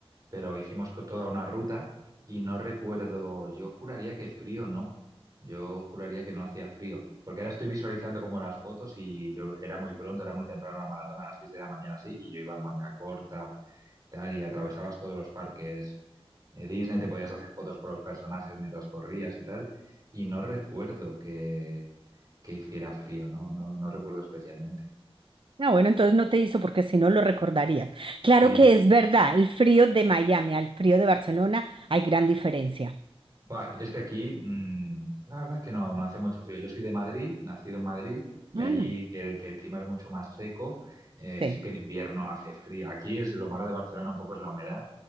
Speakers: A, on the right; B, on the right.
A: pero hicimos co- toda una ruta y no recuerdo, yo juraría que frío no, yo juraría que no hacía frío, porque ahora estoy visualizando como las fotos y yo era muy pronto, era muy temprano la maratón a las 6 de la mañana así y yo iba en manga corta, tal, y atravesabas todos los parques eh, Disney, te podías hacer fotos con los personajes mientras corrías y tal, y no recuerdo que, que hiciera frío, no, no, no recuerdo especialmente.
B: Ah, bueno, entonces no te hizo porque si no lo recordarías. Claro
A: Sí,
B: que es verdad, el frío de Miami al frío de Barcelona hay gran diferencia.
A: Buah, es que aquí, mm, la verdad que no, no hace mucho frío. Yo soy de Madrid, nacido en Madrid, y
B: Mm,
A: allí que el, que el clima es mucho más seco, eh,
B: sí,
A: sí que en invierno hace frío. Aquí es lo malo de Barcelona, un poco es la humedad,